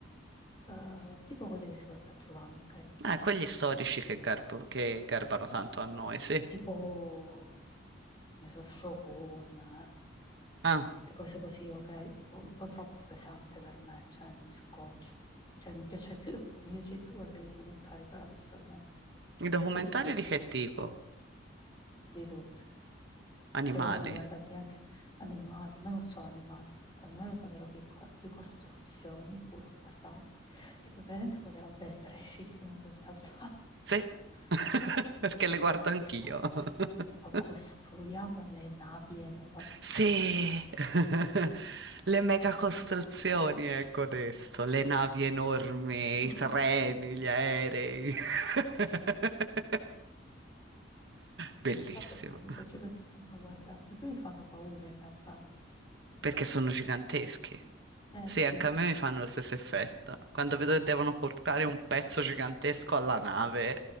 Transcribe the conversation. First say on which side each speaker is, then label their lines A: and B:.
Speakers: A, on the left (about 25°); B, on the right (about 60°).
A: eh, tipo quelli che si guarda a Giovanni, ok? Tipo,
B: Eh, quegli storici che, garbo- che garbano tanto a noi, sì.
A: tipo, che ne so, Shogun, eh.
B: Ah,
A: queste cose così, ok? Tipo, un po' troppo pesante per me, cioè, mi scoccio. Cioè, mi piace più, mi piace di più guardare i documentari, paradossalmente,
B: i documentari
A: e gli anime.
B: di che tipo?
A: di tutto. tipo.
B: Animali.
A: Cioè, mi sono guardati anche animali, ma non solo animali. Con animali quando ero piccola, più costruzioni pure ho guardato. Tipo, presente quelle robe trashissime sugli altari.
B: Sì,
A: <laughs>
B: <laughs> perché
A: Tipo,
B: le guardo anch'io.
A: tipo, cos-
B: <laughs>
A: tipo, costruiamo le navi enormi.
B: Sì, <laughs> le megacostruzioni, ecco adesso, le navi enormi,
A: <laughs>
B: i treni, gli aerei. <laughs>
A: Non
B: Bellissimo.
A: so perché mi piace così tanto guardare. E poi mi fanno paura in realtà.
B: perché sono giganteschi.
A: Eh,
B: Sì,
A: capì?
B: anche a me mi fanno lo stesso effetto. Quando vedo che devono portare un pezzo gigantesco alla nave,